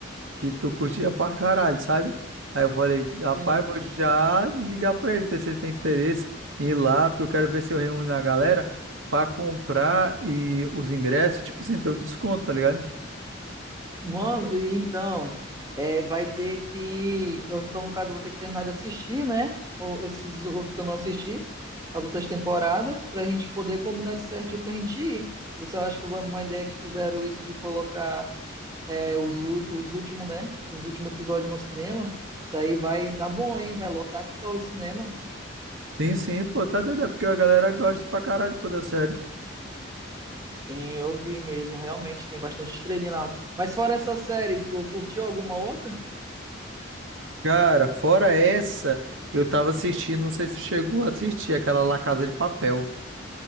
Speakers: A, on the right (about 70°); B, on the right (about 15°).
A: que tu curtia pra caralho, sabe? Aí eu falei, rapaz,
B: Sim,
A: vou já ligar pra ele, ver se ele tem interesse em ir lá, porque eu quero ver se eu reúno a galera pra comprar e os ingressos, tipo assim, ter um desconto, tá ligado?
B: Mano, e então, é, vai ter que. eu- Então, no caso, eu vou ter que terminar de assistir, né? Ou esses outros que eu não assisti, as outras temporadas, pra gente poder combinar isso certinho pra gente ir. Isso eu acho que foi uma ideia que fizeram isso de colocar é, os, ú- os últimos, né? Os últimos episódios no cinema. Isso aí vai dar bom, hein? Vai lotar que só o cinema.
A: Sim, sim, pô, tá doido, é porque a galera gosta pra caralho, pô, da série.
B: Sim, eu vi mesmo, realmente, tem bastante estrelinha lá. Mas fora essa série, tu curtiu alguma outra?
A: Cara, fora essa, eu tava assistindo, não sei se chegou a assistir, aquela La Casa de Papel.